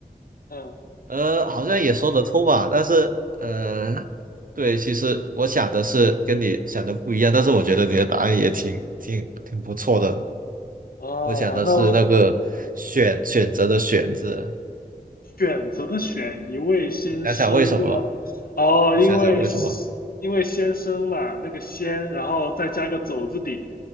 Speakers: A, on the left; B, on the right.
A: 嗯，
B: 呃，好像也说得通吧？但是，呃，对，其实我想的是跟你想的不一样，但是我觉得你的答案也挺挺挺不错的。
A: 哦，
B: 我想的是那个选选择的选字，
A: 那我。选择的选一位先生那个哦，
B: 你想想为什么？你想想为什么？
A: 因为因为先生嘛，那个先，然后再加个走字底，